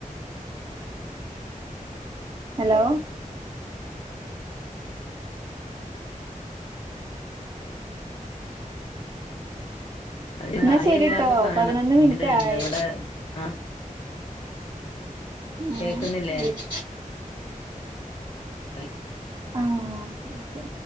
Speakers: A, on the right; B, on the left.
A: ഹലോ
B: അത്
A: ന്നാ
B: അറിയില്ലാത്ത
A: ശരീട്ടോ
B: സാധനാണ്
A: പതിനൊന്ന്
B: എന്തിടണ്ട്
A: മിൻറ്റായി
B: ഇവിടെ ആഹ്
A: ഏഹ്
B: കേക്കുന്നില്ലേ
A: ഉം
B: അൽ
A: ആഹ് ഓക്കേ ഓക്കേ.